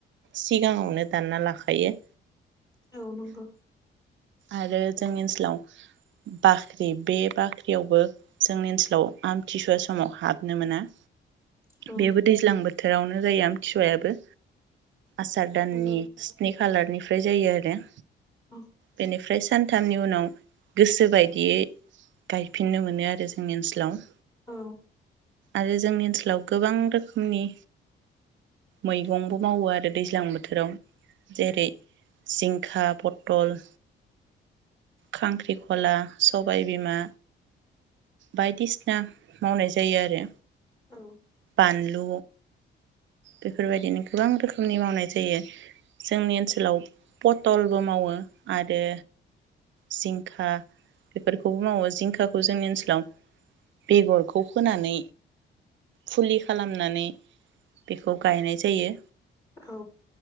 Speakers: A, on the right (about 70°); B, on the left (about 15°).
A: सिगाङावनो दानना लाखायो
B: औ नंगौ
A: आरो जोंनि ओनसोलाव बाख्रि बे बाख्रियावबो जोंनि ओनसोलाव आमथिसुवा समाव हाबनो मोना
B: औ
A: बेबो दैज्लां बोथोर बोथोरावनो जायो आमथिसवायाबो आसार दाननि
B: नंगौ
A: स्नि खालारनि ओमफ्राय जायो आरो
B: अ
A: बेनिफ्राय सानथामनि उनाव गोसो बायदियै गायफिननो मोनो आरो जों जोंनि ओनसोलाव
B: औ
A: आरो जोंनि ओनसोलाव गोबां रोखोमनि मैगंबो मावो आरो दैज्लां बोथोराव जेरै जिंखा पटल खांख्रिखला, सबायबिमा बायदिसिना मावनाय जायो आरो
B: औ
A: बानलु बेफोरबायदिनो गोबां रोखोमनि मावनाय जायो जोंनि ओनसोलाव पथलबो मावो आरो जिंखा बेफोरखौबो मावो जिंखाखौ जोंनि ओस बेगरखौ फोनानै फुलि खालामनानै बेखौ गायनाय जायो
B: औ